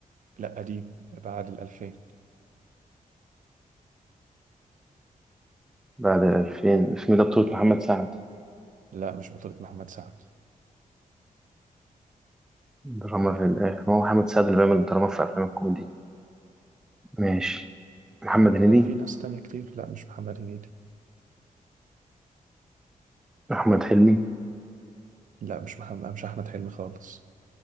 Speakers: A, on the right; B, in the centre.
A: لا قديم بعد الألفين
B: بعد الألفين الفيلم ده بطولة محمد سعد
A: لا مش بطولة محمد سعد
B: دراما في الاخر ما هو محمد سعد اللي بيعمل دراما في افلام الكوميدي ماشي محمد هنيدي
A: لا في ناس تانية كتير لا مش محمد هنيدي
B: احمد حلمي
A: لا مش محمد مش أحمد حلمي خالص